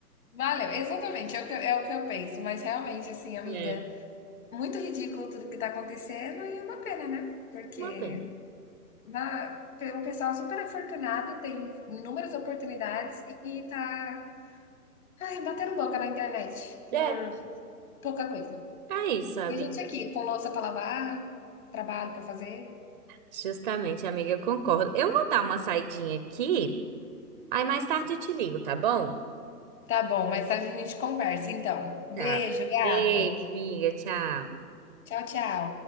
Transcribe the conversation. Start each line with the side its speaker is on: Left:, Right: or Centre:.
Left: Valeu, exatamente, é o que, eu- é o que eu penso. Mas realmente, assim, amiga,
Right: É,
Left: Muito ridículo tudo que tá acontecendo e uma pena, né? Porque
Right: uma pena.
Left: uma, um pessoal super afortunado tem inúmeras oportunidades e tá ai, batendo boca na internet
Right: É.
Left: por pouca coisa.
Right: É isso, amiga.
Left: E a gente aqui, com louça pra lavar, trabalho pra fazer.
Right: Justamente, amiga, eu concordo. Eu vou dar uma saidinha aqui. Aí mais tarde eu te ligo, tá bom?
Left: Tá bom, mais tarde a gente conversa, então. Beijo,
Right: Tá.
Left: gata.
Right: Beijo, amiga. Tchau.
Left: Tchau, tchau.